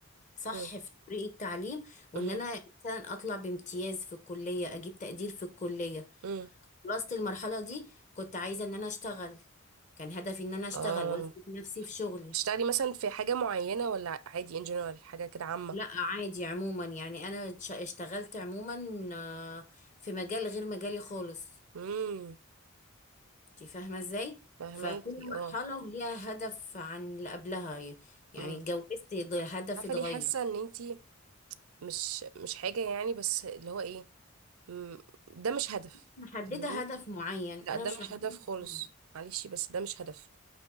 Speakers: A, on the left (about 35°); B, on the right (about 80°).
A: صح
B: مم.
A: في طريق التعليم وان
B: مم.
A: انا مثلا اطلع بامتياز في الكلية اجيب تقدير في الكلية
B: مم.
A: خلصت المرحلة دي كنت عايزة ان انا اشتغل كان هدفي ان انا اشتغل
B: اه
A: واثبت نفسي في شغلي
B: تشتغلي مثلا في حاجة معينة ولا عادي in general حاجة كده عامة؟
A: لا عادي عموما يعني انا ش- اشتغلت عموما آه، في مجال غير مجالي خالص
B: امم
A: انت فاهمه ازاي
B: فهماكي
A: فكل
B: اه
A: مرحله وليها هدف عن اللي قبلها ي- يعني
B: امم
A: اتجوزت ض- هدفي
B: عارفة
A: اتغير
B: ليه حاسة ان انتي مش مش حاجة يعني بس اللي هو ايه مم. ده مش هدف
A: محدده
B: فاهماني؟
A: هدف معين
B: لا
A: انا
B: ده
A: مش
B: مش
A: محدده
B: هدف
A: هدف
B: خالص
A: معين
B: معلش بس ده مش هدف